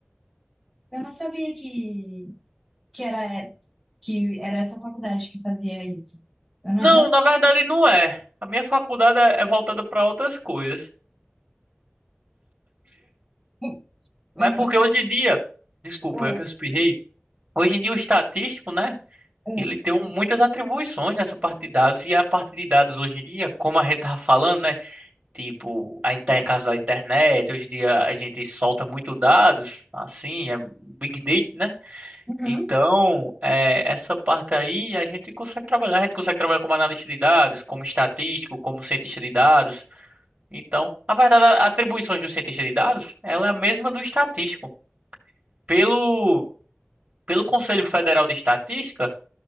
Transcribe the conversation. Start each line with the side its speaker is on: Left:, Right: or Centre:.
Centre: Eu não sabia que, que, era, que era essa faculdade que fazia isso. Eu não
Right: Não,
Centre: realmente.
Right: na verdade não é. A minha faculdade é é voltada para outras coisas.
Centre: <laughs>
Right: Mas
Centre: eu-
Right: é porque hoje em dia, desculpa,
Centre: é,
Right: eu que eu espirrei. Hoje em dia o estatístico, né?
Centre: é.
Right: Ele tem um- muitas atribuições nessa parte de dados e a parte de dados hoje em dia, como a gente tá falando, né? Tipo, a gente tá em casa da internet, hoje em dia a gente solta muito dados, assim, é big data, né?
Centre: Uhum.
Right: Então, é, essa parte aí a gente consegue trabalhar, a gente consegue trabalhar como analista de dados, como estatístico, como cientista de dados. Então, na verdade, a- atribuições do cientista de dados, ela é a mesma do estatístico. Pelo, pelo Conselho Federal de Estatística,